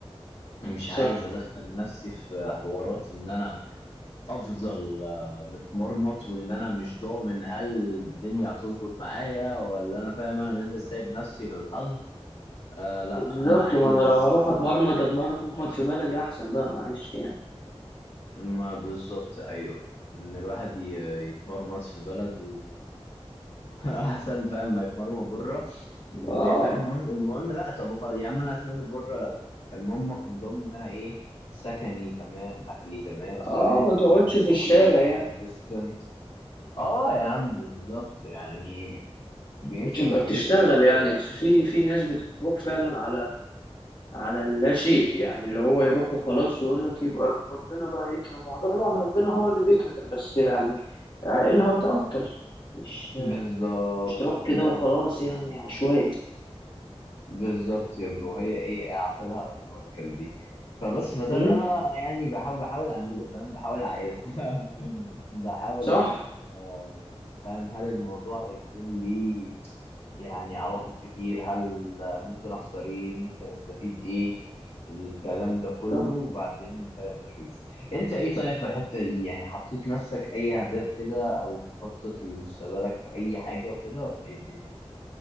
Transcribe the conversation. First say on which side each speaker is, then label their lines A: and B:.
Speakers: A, on the left; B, on the left.
A: مش
B: صح
A: عايز ادخل نفسي في حوارات ان انا افضل آه، متمرمط وان انا مش ضامن هل الدنيا هتظبط معايا ولا انا فاهم انا نازل سايب نفسي للحظ آه لا
B: بالظبط
A: انا عايز
B: ما انا لو هروح
A: آه،
B: اتمرمط اتمرمط في بلدي احسن بقى معلش يعني
A: ما بالظبط ايوه ان الواحد ي- يتمرمط في بلد واحسن <laughs> فاهم ما يتمرمط بره هو
B: اه
A: فعلا المهم المهم لا طب خلاص يا عم انا هسافر بره المهم اكون ضامن ان انا ايه سكني تمام اكلي تمام فاهم
B: اه ما تقعدش في الشارع
A: شغلي
B: يعني
A: كونسيستنت اه يا عم بالظبط يعني بيفرق
B: تبقى بتشتغل
A: بيفرق قوي
B: يعني بس في في ناس بتروح فعلا على على اللاشيء يعني اللي هو يروح وخلاص يقول لك يبقى ربنا بقى يكرم وطبعا ربنا هو اللي بيكرم بس يعني عقلها وتوكل مش
A: بالظبط
B: مش تروح كده
A: زي
B: وخلاص
A: ما بتقول
B: يعني
A: كده
B: عشوائي
A: بالظبط يا برو هي ايه اعقلها وتوكل دي فبس فده
B: امم
A: اللي انا يعني بحاول بحاول اعمله فاهم بحاول اعقلها <laughs> بحاول
B: صح
A: اشوف آه، فاهم هل الموضوع يكون ليه يعني عواقب كتير هل ممكن اخسر ايه ممكن استفيد ايه الكلام ده كله
B: صح
A: وبعدين فاهم اشوف انت ايه طالع في الحتة دي يعني حطيت نفسك اي اهداف كده او بتخطط لمستقبلك في اي حاجة وكده ولا ايه الدنيا